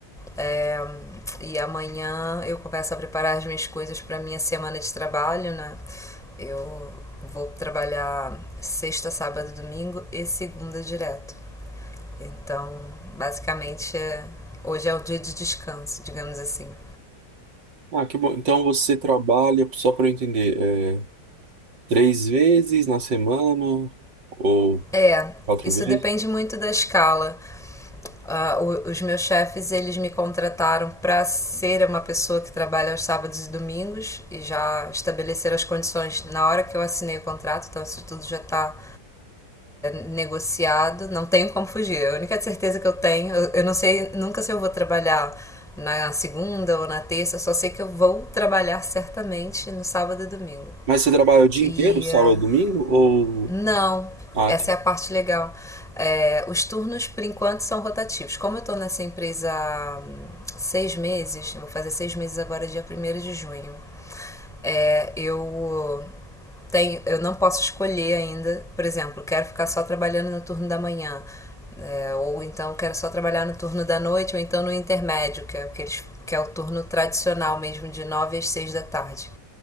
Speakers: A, in the centre; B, on the right.
A: É, e amanhã eu começo a preparar as minhas coisas para minha semana de trabalho, né? Eu vou trabalhar sexta, sábado, domingo e segunda direto. Então, basicamente, é, hoje é o dia de descanso, digamos assim.
B: Ah, que bom. Então você trabalha, só para eu entender, é, três vezes na semana ou
A: É,
B: quatro
A: isso
B: vezes?
A: depende muito da escala. Ah, o- os meus chefes, eles me contrataram para ser uma pessoa que trabalha aos sábados e domingos e já estabeleceram as condições na hora que eu assinei o contrato, então isso tudo já está negociado. Não tenho como fugir. A única certeza que eu tenho, eu, eu não sei nunca se eu vou trabalhar na segunda ou na terça, eu só sei que eu vou trabalhar certamente no sábado e domingo.
B: Mas você trabalha o dia
A: E
B: inteiro, sábado,
A: ah,
B: domingo? Ou.
A: não,
B: Ah,
A: essa
B: tá.
A: é a parte legal. É, os turnos, por enquanto, são rotativos. Como eu estou nessa empresa há hum, seis meses, eu vou fazer seis meses agora, dia primeiro de junho, é, eu tenho, eu não posso escolher ainda, por exemplo, quero ficar só trabalhando no turno da manhã, é, ou então quero só trabalhar no turno da noite, ou então no intermédio, que é, que eles, que é o turno tradicional mesmo, de 9 às 6 da tarde.